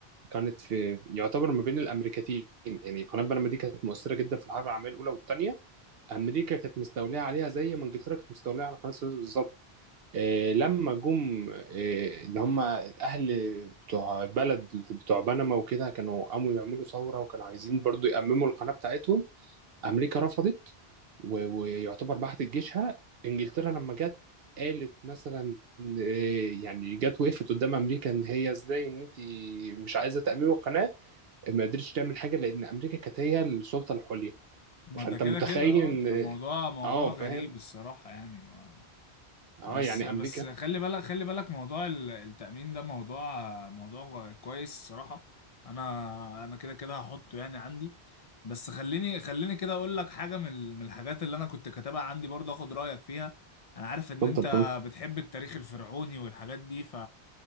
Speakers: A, on the right; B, on the left.
A: كانت في يعتبر ما بين الامريكتين يعني قناه بنما دي كانت مؤثره جدا في الحرب العالميه الاولى والثانيه امريكا كانت مستوليه عليها زي ما انجلترا كانت مستوليه على قناه السويس بالظبط آه لما جم آه ان هم الاهل بتوع بلد بتوع بنما وكده كانوا قاموا يعملوا ثوره وكانوا عايزين برضو يأمموا القناه بتاعتهم امريكا رفضت و- ويعتبر بعتت جيشها انجلترا لما جت قالت مثلا إيه، يعني جت وقفت قدام امريكا ان هي ازاي ان انت مش عايزه تاميم القناه ما قدرتش تعمل حاجه لان امريكا كانت هي السلطه العليا
B: ما
A: فانت
B: ده كده
A: متخيل
B: كده اه
A: ان
B: ده موضوع موضوع
A: اه آه، فاهم
B: غريب الصراحة يعني ما
A: اه
B: بس
A: يعني
B: بس
A: امريكا
B: خلي بالك خلي بالك موضوع ال- التأمين ده موضوع موضوع كويس الصراحة انا انا كده كده هحطه يعني عندي بس خليني خليني كده اقول لك حاجة من ال- من الحاجات اللي انا كنت كاتبها عندي برضه اخد رأيك فيها انا عارف
A: اتفضل
B: ان انت
A: يا فندم
B: بتحب التاريخ الفرعوني والحاجات دي ف